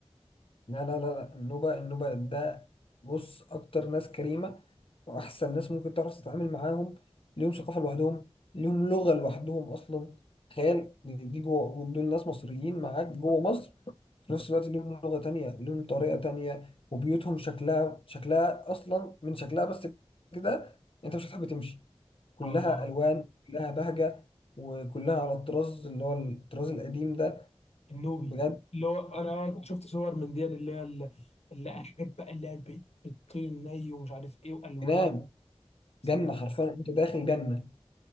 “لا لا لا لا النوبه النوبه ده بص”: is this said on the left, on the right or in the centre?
Left